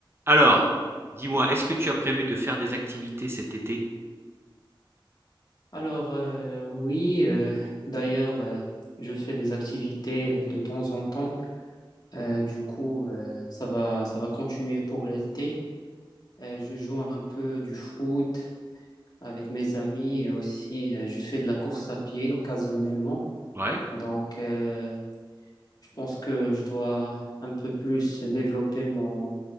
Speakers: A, on the right; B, on the left.
A: Alors, dis-moi, est-ce que tu as prévu de faire des activités cet été?
B: Alors, euh, oui, euh, d'ailleurs, euh, je fais des activités euh, de temps en temps. Euh, du coup, euh, ça va, ça va continuer pour l'été. Euh, je joue un peu du foot avec mes amis et aussi euh, je fais de la course à pied occasionnellement.
A: Ouais.
B: Donc, euh, je pense que je dois un peu plus développer mon,